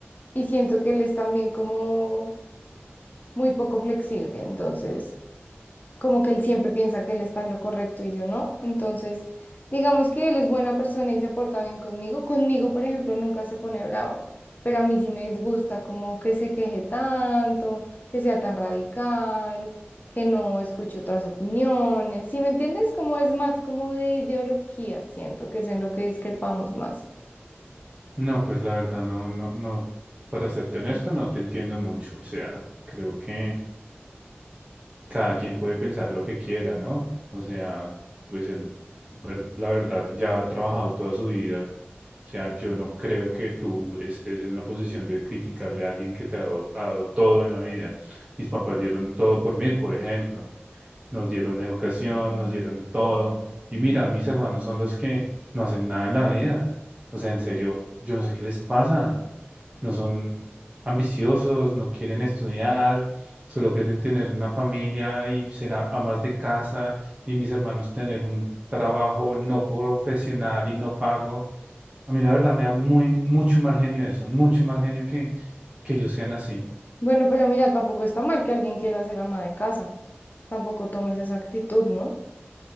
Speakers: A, on the left; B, on the right.
A: y siento que él es también como muy poco flexible. Entonces. como que él siempre piensa que él está en lo correcto y yo no. Entonces, digamos que él es buena persona y se porta bien conmigo. Conmigo, por ejemplo, nunca se pone bravo, pero a mí sí me disgusta como que se queje tanto, que sea tan radical, que no escuche otras opiniones. ¿Sí me entiendes? Como es más como de ideología, siento que es en lo que discrepamos más.
B: No, pues la verdad no, no, no, para serte honesto, no te entiendo mucho. O sea, creo que cada quien puede pensar lo que quiera, ¿no? O sea, pues él, ver- la verdad, ya ha trabajado toda su vida. O sea, yo no creo que tú estés en la posición de criticarle a alguien que te ha dado, ha dado todo en la vida. Mis papás dieron todo por mí, por ejemplo. Nos dieron educación, nos dieron todo. Y mira, mis hermanos son los que no hacen nada en la vida. O sea, en serio, yo no sé qué les pasa. No son ambiciosos, no quieren estudiar solo quieren tener una familia y ser a- amas de casa y mis hermanos tener un trabajo no profesional y no pago. A mí la verdad me da muy, mucho mal genio eso, mucho mal genio que, que ellos sean así.
A: Bueno, pero mira, tampoco está mal que alguien quiera ser ama de casa. Tampoco tomes esa actitud, ¿no?